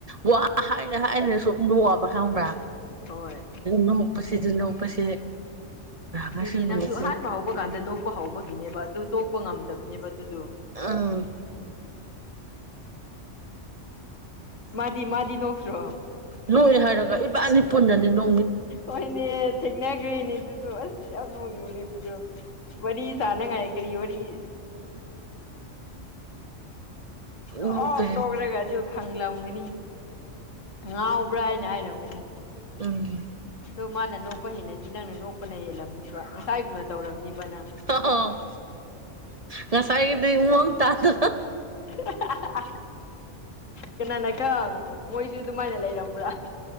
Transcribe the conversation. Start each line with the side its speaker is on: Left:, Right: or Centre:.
Right: ꯋꯥ ꯍꯥꯏꯅ ꯍꯥꯏꯅ ꯁꯨꯝ ꯅꯣꯛꯑꯕ ꯈꯪꯕ꯭ꯔ
Left: ꯍꯣꯏ
Right: ꯅꯣꯛꯄꯁꯤꯗꯨ ꯅꯣꯛꯄꯁꯤ
Left: ꯑꯗꯨꯅꯦ
Right: ꯉꯁꯤ ꯅꯨꯃꯤꯠꯁꯦ
Left: ꯅꯪꯁꯨ ꯑꯍꯥꯟꯕ ꯍꯧꯕ ꯀꯥꯟꯗ ꯅꯣꯛꯄ ꯍꯧꯕꯒꯤꯅꯦꯕ ꯑꯗꯨ ꯇꯣꯛꯄ ꯉꯝꯗꯕꯅꯦꯕ ꯑꯗꯨꯗꯣ
Right: ꯎꯝ
Left: ꯃꯥꯗꯤ ꯃꯥꯗꯤ ꯅꯣꯛꯇ꯭ꯔꯣ
Right: ꯅꯣꯛꯑꯦ ꯍꯥꯏꯔꯒ ꯏꯕꯥꯅꯤ ꯄꯨꯟꯅꯅꯤ ꯅꯣꯛ
Left: ꯍꯣꯏꯅꯦ ꯊꯦꯡꯅꯈ꯭ꯔꯦꯅꯦ ꯑꯗꯨꯗꯣ ꯑꯁ ꯌꯥꯝ ꯅꯣꯡꯉꯤꯡꯕꯅꯦ ꯑꯗꯨꯗꯣ ꯋꯦꯔꯤ ꯁꯥꯅꯤꯡꯉꯥꯏ ꯀꯔꯤ ꯋꯥꯔꯤ ꯅꯣꯛ
Right: ꯅꯣꯛꯄ
Left: ꯅꯣꯛꯔꯒ ꯑꯗꯨꯒ ꯐꯪꯂꯝꯒꯅꯤ ꯉꯥꯎꯕ꯭ꯔꯥ ꯍꯥꯏꯅ ꯍꯥꯏꯔꯝꯒꯅꯤ
Right: ꯎꯝ
Left: ꯑꯗꯣ ꯃꯥꯅ ꯅꯣꯛꯄ ꯍꯦꯟꯅꯗꯤ ꯅꯪꯅ ꯅꯣꯛꯄꯅ ꯍꯦꯜꯂꯝꯅꯤꯕ ꯍꯥꯏꯒꯨꯝꯅ ꯇꯧꯔꯝꯅꯤꯕ ꯅꯪ
Right: ꯎꯝ ꯉꯁꯥꯏꯒꯤꯗꯨ ꯃꯑꯣꯡ ꯇꯥꯗꯅ
Left: ꯍꯥꯍꯥꯍꯥ ꯀꯅꯥꯅ ꯈꯪ ꯃꯣꯏꯁꯨ ꯑꯗꯨꯃꯥꯏꯅ ꯂꯩꯔꯝꯕ꯭ꯔꯥ